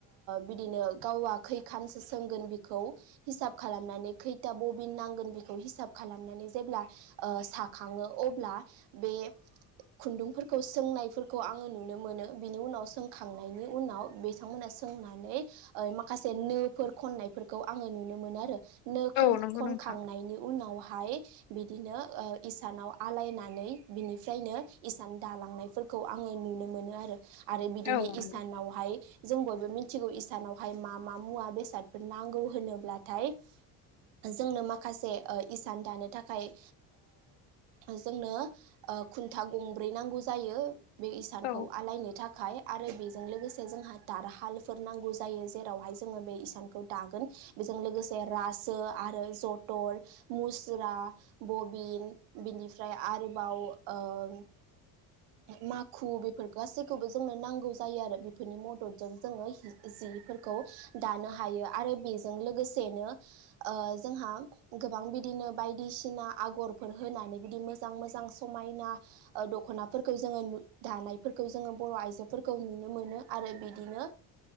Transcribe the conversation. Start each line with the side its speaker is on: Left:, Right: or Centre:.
Right: बिदिनो गावा खैखानसो सोंगोन बिखौ, हिसाब खालामनानै खैथा बबिन नांगोन बेखौ हिसाब खालाम खालामनानै जेब्ला, ओ साखाङो अब्ला बे खुन्दुंफोरखौ सोंनायफोरखौ आङो नुनो मोनो बिनि उनाव सोंखांनायनि उनाव बिथांमोना सोंनानै माखासे नो फोर खननायफोरखौ आङो नुनो मोनो आरो नो
Left: औ नंगौ
Right: खनखांनायनि
Left: नोंथां
Right: उनावहाय बिदिनो इसानाव आलायनानै बिनिफ्रायनो इसान दालांनाय फोरखौ आङो नुनो मोनो आरो, आरो बिदिनो
Left: औ नंगौ
Right: इसानावहाय जों बयबो मिथिगौ इसानावहाय मा मा मुवा बेसादफोर नांगौ होनोब्लाथाय जोंनो माखासे इसान दानो थाखाय जोंनो खुन्था गंब्रै नांगौ जायो बे इसानखौ
Left: औ
Right: आलायनो थाखाय आरो बेजों लोगोसे जोंहा दारहालफोर नांगौ जायो जेरावहाय जोङो बे इसानखौ दागोन। जों‌ लोगोसे रासो आरो जथल मुस्रा बबिन‌ बिनि बेनिफ्राय आरोबाव ओ माखु बेफोर गासैखौबो जोंनो नांगौ जायो आरो, बेफोरनि मददजों जोङो जि दानो हायो आरो बेजों लोगोसेनो जोंहा गोबां बिदि बिदिनो बायदिसिना आगरफोर होनानै मोजां मोजां समायना दख'ना फोरखौ जोङोु दानायफोरखौ जोङो बर' आइजोफोरखौ नुनो मोनो आरो बिदिनो